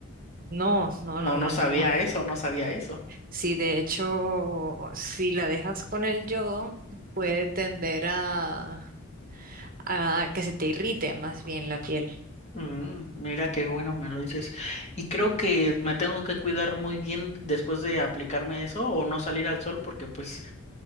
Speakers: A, on the right; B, on the left.
A: No, no,
B: No,
A: no, no,
B: no sabía
A: no, no.
B: eso, no sabía eso.
A: Sí, de hecho, si la dejas con el yodo, puede tender a, a que se te irrite más bien la piel.
B: Mm, mira qué bueno me lo dices. Y creo que me tengo que cuidar muy bien después de aplicarme eso o no salir al sol porque pues